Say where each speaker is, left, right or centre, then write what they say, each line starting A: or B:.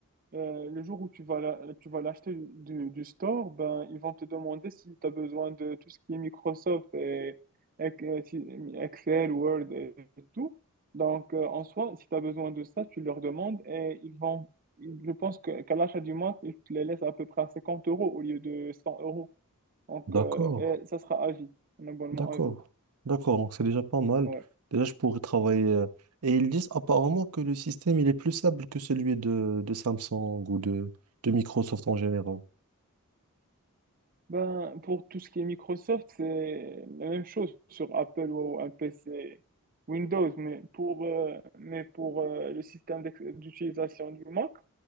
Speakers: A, on the right; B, on the right.
A: Euh, le jour où tu vas la- tu vas l'acheter du, du store, ben, ils vont te demander si tu as besoin de tout ce qui est Microsoft et, et que- si- Excel, Word et tout. Donc, euh, en soi, si tu as besoin de ça, tu leur demandes et ils vont, je pense que, qu'à l'achat du mois, ils te les laissent à peu près à 50 euros au lieu de 100 euros. Donc,
B: D'accord,
A: euh, et ça sera à vie, un abonnement
B: d'accord,
A: à vie.
B: d'accord. Donc c'est déjà pas mal.
A: Ouais.
B: Déjà, je pourrais travailler. euh, Et ils disent apparemment que le système, il est plus simple que celui de, de Samsung ou de, de Microsoft en général.
A: Ben, pour tout ce qui est Microsoft, c'est la même chose sur Apple ou un PC Windows, mais pour, euh, mais pour euh, le système d'ex- d'utilisation du Mac,